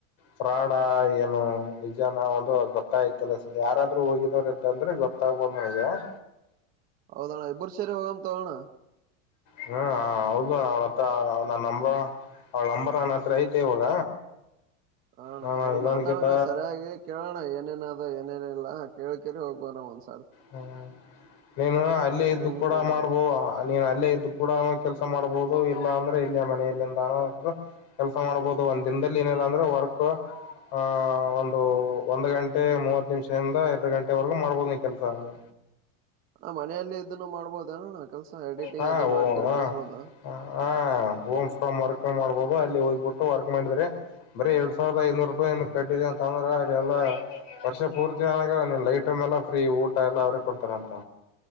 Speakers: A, on the left; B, on the right.
A: ಫ್ರಾಡಾ ಏನು ನಿಜಾನ ಒಂದು ಗೊತ್ತಾಯ್ತಲ್ಲ ಸ ಯಾರಾದ್ರು ಹೋಗಿದವ್ರ ಇದ್ದಂದ್ರೆ ಗೊತ್ತ ತವು ಬನ್ನಜ <inaudible>
B: ಹೌದಣ ಇಬ್ಬರು ಸೇರಿ ಹೋಗೋಣ ತಾಗೋಣ
A: ಹ್ಮ ಹೌದು ಅವಳತ್ರ ನನ್ ನಂಬ ಅವಳ ನಂಬರ್ ನನ್ನ ಹತ್ರ ಐತೆ ಇವಾಗ
B: ಆ ಅಣ್ಣ
A: ನಾನು
B: ಅವ್ರು
A: ಇನ್ನೊಂದಕಿತ
B: ಮಾತಾಡೋಣ ಸರಿಯಾಗಿ ಕೇಳೋಣ ಏನೇನ ಅದ ಏನೇನ ಇಲ್ಲ ಹೇಳ್ೆೇ ಹೋಗುವಾರ ಒಂದ <inaudible>
A: ಹ್ಮ ನೀನು ಅಲ್ಲೇ
B: ದಿನ
A: ಇದ್ದು
B: ಟ್ರೈನಿಂಗ್
A: ಕೂಡ
B: ತಗೊಂಡ್
A: ಮಾಡ್ಬೋ
B: ಬರ
A: ನೀನ್ ಅಲ್ಲೇ ಇದ್ದು ಕೂಡ ಕೆಲ್ಸ ಮಾಡ್ಬಹುದು ಇಲ್ಲಾ ಅಂದ್ರೆ ಇಲ್ಲಿಯ ಮನೆಯಲ್ಲಿಂದಾನರು ಕೆಲ್ಸ ಮಾಡ್ಬೋದು ಒಂದ್ ದಿನದಲ್ಲಿ ಏನಿಲ್ಲ ಅಂದ್ರೆ ವರ್ಕ್ ಆಹ ಒಂದು ಒಂದ್ ಗಂಟೆ ಮೂವತ್ತು ನಿಮಿಷದಿಂದ ಎರಡು ಗಂಟೆವರೆಗೂ ಮಾಡ್ಬೋದ ಕೆಲ್ಸ ಹ
B: ನಾ ಮನೆಯಲ್ಲಿ ಇದನ್ನು ಮಾಡ್ಬೋದ ಅನಣ ಕೆಲ್ಸ ಎಡಿಟಿಂಗ್
A: ಹಾ
B: ಅದು
A: ಓ
B: ಮಾಡ್ಕ
A: ಹ
B: ಕಳಸ್ಬೋದ
A: ಹ ಹೋಮ್ ಫಮ್ ವರ್ಕ್ ಮಾಡ್ಬೋದು ಅಲ್ಲಿ ಹೋಗ್ಬಿಟ್ಟು ವರ್ಕ್ ಮಾಡಿದ್ರೆ ಬರೀ ಎರಡ್ ಸಾವಿರದ ಐದನೂರು ರೂಪಾಯಿ ಏ ಕಟ್ಟಿದೆ ಅಂತ ಅಂದ್ರ ಅಲ್ಲಿಲ್ಲ ವರ್ಷ ಪೂರ್ತಿ ಏ ಲೈಟ ಫ್ರೀ ಊಟ ಎಲ್ಲ ಅವ್ರೇ ಕೊಡ್ತಾರ ಅಂತ